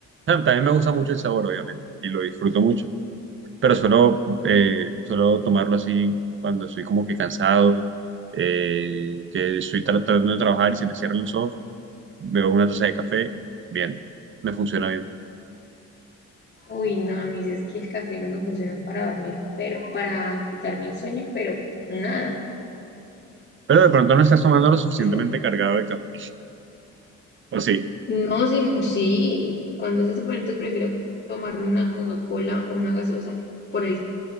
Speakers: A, on the right; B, on the left.
A: Ah, También me gusta mucho el sabor, obviamente, y lo disfruto mucho, pero suelo, eh, suelo tomarlo así cuando estoy como que cansado, eh, que estoy tra- tratando de trabajar y se me cierran los ojos, bebo una taza de café, bien, me funciona bien.
B: Uy, no, a mí sí es que el café no me funciona para dormir, pero para quitarme el sueño, pero nada.
A: Pero de pronto no estás tomando lo suficientemente
B: Eso-
A: cargado de café, <laughs> ¿o sí?
B: No, sí, sí, cuando es eso, pues, entonces prefiero tomarme una Coca-Cola o una gaseosa que por el